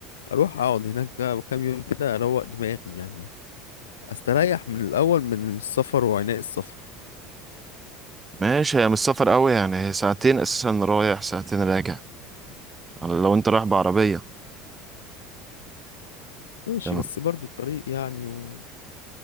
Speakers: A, on the left; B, on the right.
A: أروح أقعد هناك بقى كام يوم كده أروق دماغي يعني أستريح من الأول من السفر وعناء السفر
B: ماشي هي مش سفر قوي يعني هي ساعتين اساسا رايح ساعتين راجع على- لو انت رايح بعربية
A: ماشي
B: يعني
A: بس برضه الطريق يعني وبتبقى